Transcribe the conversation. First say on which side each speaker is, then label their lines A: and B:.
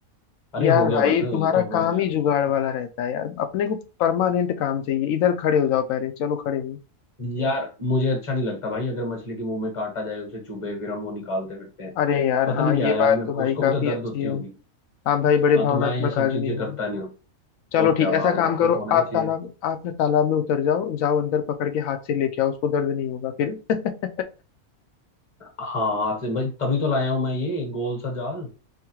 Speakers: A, on the left; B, on the left.
A: अरे
B: यार
A: हो गया
B: भाई
A: बस
B: तुम्हारा
A: ये तो हो
B: काम
A: ही गया
B: ही जुगाड़ वाला रहता है यार अपने को परमानेंट काम चाहिए इधर खड़े हो जाओ पहले चलो खड़े हो
A: यार मुझे अच्छा नहीं लगता भाई अगर मछली के मुंह में कांटा जाए उसे चुभे फिर हम वो निकालते फिरते हैं
B: अरे यार
A: पता
B: हाँ
A: नहीं क्या
B: ये
A: यार
B: बात
A: मेरे
B: तो भाई
A: को उसको
B: काफी
A: भी तो दर्द
B: अच्छी
A: होती
B: है
A: होगी
B: आप भाई बड़े
A: हाँ तो
B: भावनात्मक
A: मैं ये सब
B: आदमी
A: चीजें
B: हो
A: करता नहीं हूँ
B: चलो
A: और
B: ठीक
A: क्या
B: ऐसा
A: भावनात्मक
B: काम करो
A: होना
B: आप
A: ही चाहिए
B: तालाब आप ना तालाब में उतर जाओ जाओ अंदर पकड़ के हाथ से लेके आओ उसको दर्द नहीं होगा फिर <laughs>
A: हाँ हाथ से भाई तभी तो लाया हूँ मैं ये गोल सा जाल